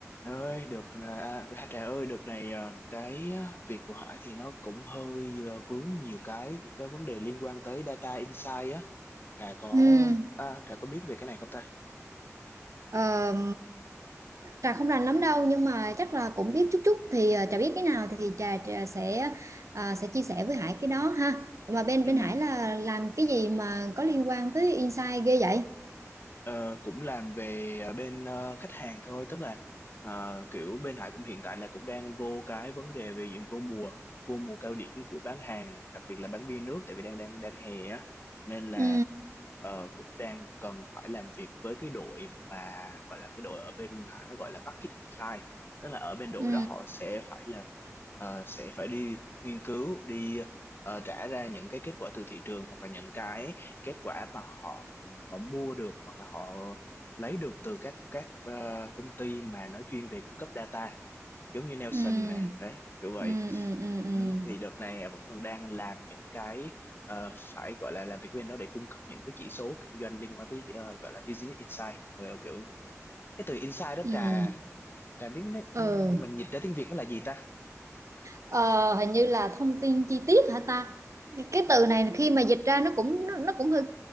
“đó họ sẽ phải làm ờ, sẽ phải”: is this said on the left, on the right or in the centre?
Left